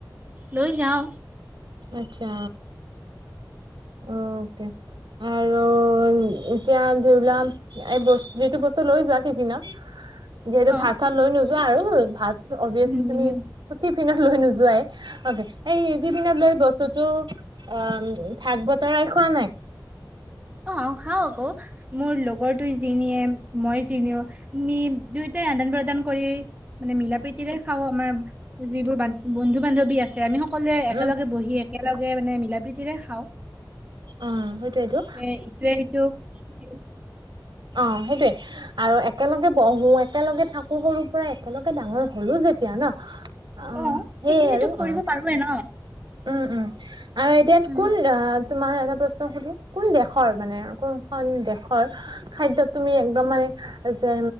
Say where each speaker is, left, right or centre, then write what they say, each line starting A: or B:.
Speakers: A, on the right; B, on the right.
A: লৈ যাও
B: আচ্ছা। অকে আৰু এতিয়া ধৰিবলা এই যিটো বস্তু লৈ যোৱা টিফিনত যিহেতু
A: অ
B: ভাত চাত লৈ নোযোৱা যোৱা আৰু ভাত অভিয়াছলি
A: নিনিও।
B: তুমি <unintelligible> টিফিনত লৈ নোযোৱাই। অকে এই টিফিনত লৈ বস্তুটো আ বতৰাই খোৱা নাই।
A: অহ, খাও আকৌ মোৰ লগৰ তোই জিনিয়ে মই জিনিও আমি দুয়োটাই আদান প্ৰদান কৰি মানে মিলা প্ৰীতিৰে খাও আমাৰ যিবোৰ বন্ধু বান্ধৱী আছে আমি সক সকলোৱে একেলগে
B: উম
A: বহি এক একেলগে মানে মিলা প্ৰীতিৰে খাওঁ।
B: অহ সেইটোৱেটো।
A: এ ইটোৱে হিটোক <unintelligible>
B: অহ সেইটোৱে আৰু একেলগে বহো একেলগে থাকো সৰুৰ পৰা একেলগে ডাঙৰ হলো যেতিয়া ন অহ,
A: অ
B: সেইয়ে
A: সেইখিনিতো
B: আৰু
A: কৰিব
B: অহ
A: পাৰোৱে ন
B: উম - উম। আৰু এতিয়া
A: উম
B: কোন আহ তোমাৰ এটা প্ৰশ্ন সুধো কোন দেশৰ মানে কোন এখন দেশৰ খাদ্যত তুমি একদম মানে যে